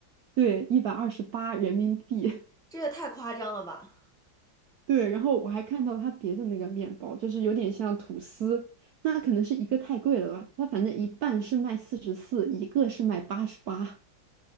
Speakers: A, on the right; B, in the centre.
A: 对，一百二十八人民币。
B: 这也太夸张了吧！
A: 对，然后我还看到它别的那个面包，就是有点像吐司，那可能是一个太贵了吧？它反正一半是卖四十四，一个是卖八十八，